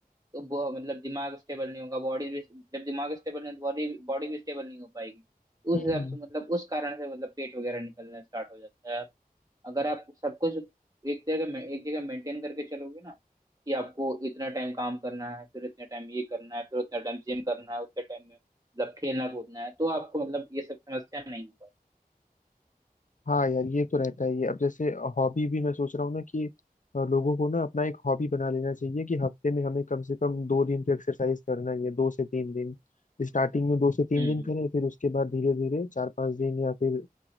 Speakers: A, on the right (about 25°); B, on the left (about 55°).
A: तो ब- मतलब दिमाग स्टेबल नहीं होगा बॉडी भी जब दिमाग स्टेबल नहीं बॉडी बॉडी भी स्टेबल नहीं हो पाएगी तो उस
B: हाँ
A: हिसाब से मतलब उस कारण से मतलब पेट वगैरह निकलना स्टार्ट हो जाता है अगर आप सब कुछ एक जगह में एक जगह मेंटेन करके चलोगे ना कि आपको इतना टाइम काम करना है फिर इतना टाइम ये करना है फिर उतना टाइम जिम करना है उतने टाइम में मतलब खेलना कूदना है तो आपको मतलब ये सब समस्या नहीं हो पाई
B: हाँ यार ये तो रहता ही है अब जैसे हॉबी भी मैं सोच रहा हूँ ना कि अ, लोगों को ना अपना एक हॉबी बना लेना चाहिए कि हफ्ते में हमें कम से कम दो दिन तो एक्सरसाइज करना ही है दो से तीन दिन स्टार्टिंग में दो से तीन
A: हम्म
B: दिन करें फिर उसके बाद धीरे धीरे चार पांच दिन या फिर